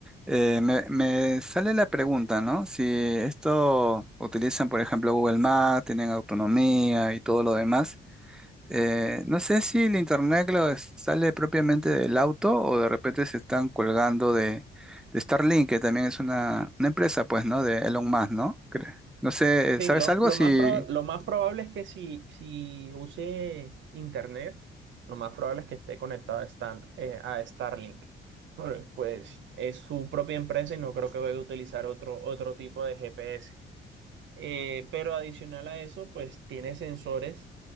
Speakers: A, in the centre; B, on the right.
A: eh, me, me sale la pregunta, ¿no? Si esto utilizan, por ejemplo, Google Maps, tienen autonomía y todo lo demás. eh, no sé si el internet lo es- sale propiamente del auto o de repente se están colgando de, de Starlink, que también es una, una empresa, pues, ¿no? De Elon Musk, ¿no? Cre- No sé,
B: Sí,
A: ¿sabes
B: lo,
A: algo?
B: lo
A: Si
B: más proba- lo más probable es que si, si use internet, lo más probable es que esté conectado a, Stan- eh, a Starlink. Bueno, Pues es su propia empresa y no creo que vaya a utilizar otro, otro tipo de GPS. Eh, pero adicional a eso, pues tiene sensores